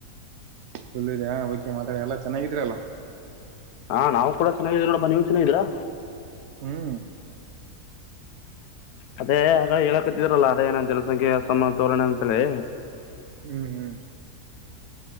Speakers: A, on the right; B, on the left.
A: ಫುಲ್ ಇದಿಯಾ ಓಕೆ ಮಾತಾಡಿ ಎಲ್ಲಾ ಚೆನ್ನಾಗಿದ್ರಲ್ಲ
B: ಹಾ ನಾವು ಕೂಡ ಚೆನ್ನಾಗಿದೀರ ನಡಪ್ಪಾ ನೀವು್ ಚೆನ್ನಾಗಿದೀರಾ
A: ಹ್ಮ್
B: ಅದೇ ಆ ಹೇಳಕತ್ತಿದರಲ್ಲ ಅದೇ ಏ ಜನಸಂಖ್ಯೆ ಸಮತೋಲರಣ ಅಂತ ಹೇಳಿ
A: ಹ್ಮ್ ಹ್ಮ್